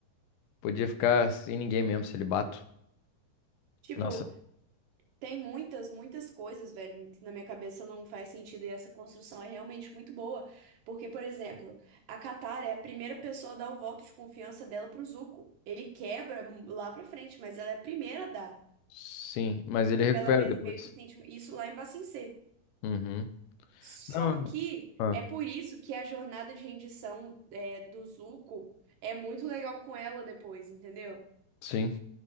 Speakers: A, on the left (about 75°); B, on the right (about 65°).
A: Podia ficar sem ninguém mesmo, celibato.
B: Tipo,
A: Nossa.
B: Tem muitas, muitas coisas, velho, que na minha cabeça não faz sentido e essa construção é realmente muito boa. Porque, por exemplo, a Catar é a primeira pessoa a dar o voto de confiança dela pro Zuko. Ele quebra lá pra frente, mas ela é a primeira a dar.
A: Sim, mas ele
B: Porque
A: recupera
B: ela mes-
A: depois.
B: meio que sente isso lá em Ba Bacincê.
A: Uhum.
B: Só
A: Não.
B: que
A: Ah,
B: é por isso que a jornada de rendição é, do Zuko é muito legal com ela depois, entendeu?
A: sim.